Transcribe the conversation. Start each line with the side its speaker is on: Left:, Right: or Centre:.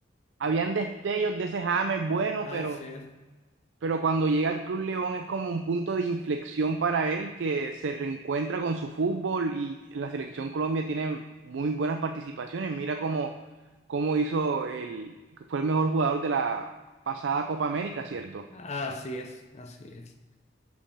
Right: habían destellos de ese James bueno,
Left: así
Right: pero
Left: es,
Right: pero cuando llega al Club León es como un punto de inflexión para él, que se reencuentra con su fútbol y la selección Colombia tiene muy buenas participaciones. Mira cómo, cómo hizo el, fue el mejor jugador de la pasada Copa América, ¿cierto?
Left: así es, así es.